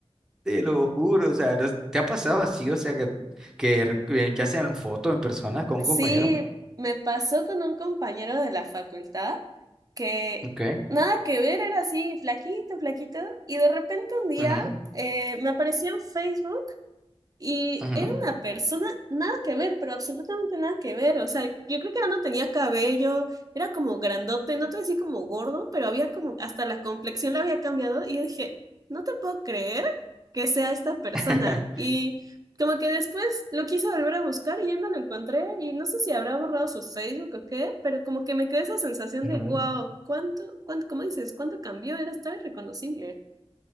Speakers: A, in the centre; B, on the right.
A: te lo juro, o sea, ¿no es- ¿te ha pasado así? O sea, que, que re- eh, ya sea en foto, en persona, con
B: Sí,
A: un compañero.
B: me pasó con un compañero de la facultad que
A: Ok.
B: nada que ver, era así, flaquito, flaquito, y de repente un día
A: Ujú,
B: eh, me apareció en Facebook Y
A: ujú,
B: era una persona nada que ver, pero absolutamente nada que ver. O sea, yo creo que ya no tenía cabello, era como grandote, no te voy a decir como gordo, pero había como, hasta la complexión la había cambiado. Y yo dije, no te puedo creer que sea esta persona.
A: <laughs>
B: Y como que después lo quise volver a buscar y ya no lo encontré. Y no sé si habrá borrado su Facebook o qué, pero como que me quedó esa sensación
A: ujú.
B: de, wow, ¿cuánto, cuánto, cómo dices, cuánto cambió? Era, estaba irreconocible.